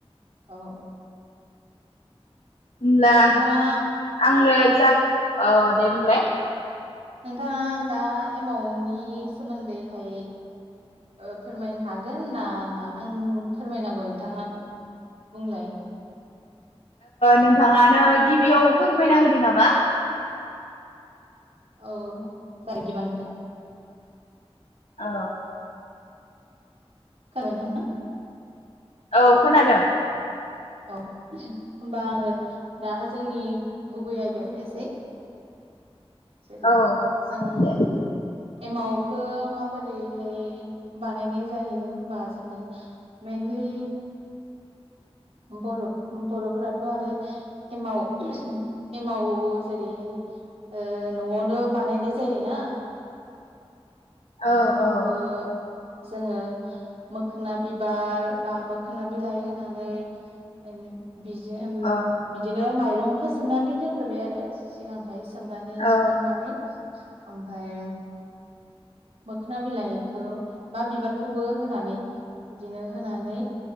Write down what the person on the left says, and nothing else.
होमब्ला
आंनो जागोन औ दे बुंलाय
नोंथाङानो गिबियाव फोरमायना होदो नामा
औ
औ खोनादों
औ
दे
औ
औ
औ
औ